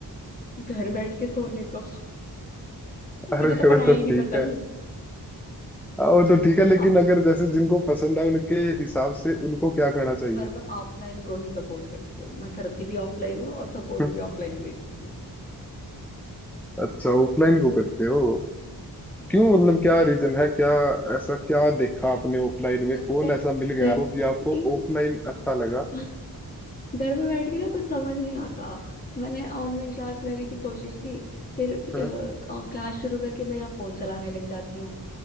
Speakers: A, on the left; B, in the centre.
A: घर बैठ के सोने को <laughs> मुझे
B: अरे
A: तो पढ़ाई
B: वो तो
A: ही नहीं
B: ठीक
A: पसंद
B: है हाँ, वो तो ठीक है लेकिन
A: हाँ
B: अगर जैसे जिनको पसंद है उनके हिसाब से उनको क्या करना चाहिए
A: पर मैं ऑफलाइन को ही सपोर्ट करती हूँ मैं करती भी ऑफलाइन हूँ और सपोर्ट
B: <laughs>
A: भी ऑफलाइन को ही करती हूँ
B: अच्छा ऑफलाइन को करते हो क्यों मतलब क्या रीजन है क्या ऐसा क्या देखा आपने ऑफलाइन में
A: सच
B: कौन
A: में घर
B: ऐसा मिल गया आपको
A: में
B: कि
A: बैठ
B: आपको
A: के
B: ऑफलाइन अच्छा लगा
A: <laughs> घर में बैठ के ना कुछ समझ नहीं आता मैंने ऑनलाइन क्लास लेने की कोशिश की फिर
B: हाँ?
A: क्लास शुरू करके मैं यहाँ फोन चलाने लग जाती हूँ